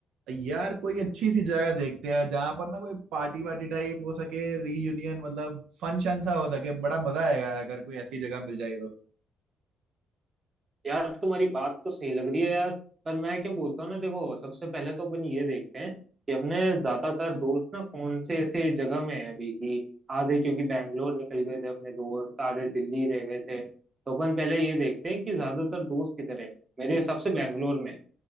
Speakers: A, on the right; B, on the right.
A: यार कोई अच्छी सी जगह देखते हैं जहां पर ना कोई पार्टी वार्टी टाइप हो सके रीयूनियन मतलब फन शन सा हो सके बड़ा मजा आएगा अगर कोई ऐसी जगह मिल जाए तो
B: यार तुम्हारी बात तो सही लग रही है यार पर मैं क्या बोलता हूँ ना देखो सबसे पहले तो अपन ये देखते हैं कि अपने ज्यादातर दोस्त ना कौन से ऐसे जगह में है अभी की आधे क्योंकि बैंगलोर निकल गए थे अपने दोस्त आधे दिल्ली रह गए थे तो अपन पहले ये देखते हैं कि ज्यादातर दोस्त किधर है मेरे हिसाब से बैंगलोर में है